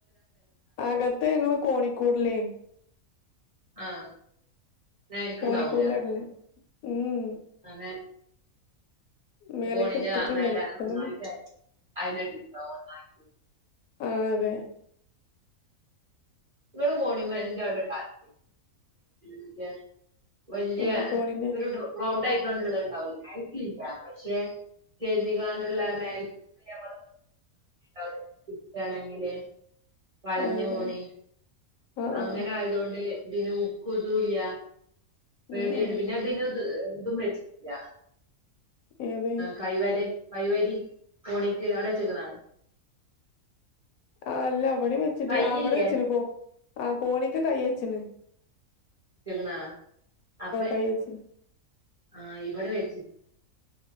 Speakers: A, on the left (about 80°); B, on the right (about 25°).
A: അകത്ത് ഞങ്ങള് കോണിക്കൂറല്ലേ <unintelligible>
B: ആഹ എനിക്ക്
A: കോണിക്കൂടിലാ
B: ഇണ്ടാവൂല
A: ഇടല് ഉം
B: അങ്ങനെ
A: മേലക്ക്
B: കോണിന്റെ
A: എടുത്തിട്ടില്ല
B: മേലെ
A: എടുക്കണം
B: നന്നായിട്ട് അഴയിട്ടിട്ട്
A: ആ അതെ
B: ഇവിടെ കോണിമ്മ എന്ത അവിടെണി മറ്റ <unintelligible> വലിയ
A: ആഹ് കോണിന്റെ
B: ഒരു റൗണ്ടായി ണ്ട ആയിരിക്കില്ല പക്ഷെ ചരിഞ്ഞികാണ്ടുള്ള <unintelligible> അവാണെങ്കില് <unintelligible> വളഞ്ഞ
A: ആഹ് അതെ
B: കോണി
A: ആഹ്
B: അങ്ങനെ
A: ആഹ്
B: ആയത് കൊണ്ട് പിന്നെ ഉക്കു ദൂല് പേടിയാണ്
A: ആഹ് ആഹ്
B: പിന്നെ അത് ഇത് മേടിച്ചിട്ടില്ല
A: ഏത്
B: കൈവര കൈവരി കോണിക്ക് അവിടെ വെച്ചക്കണ
A: ആ അല്ല അവിടെയും വെച്ചിട്ട്
B: കയ്യില്ലേ
A: ആ അവിടെ വെച്ചിന് കോ ആ കോണിക്ക് കൈ വച്ചിന്
B: ണാ അപ്പൊ
A: കൈ വെച്ചിന്
B: ആ ഇവിടെ വെച്ച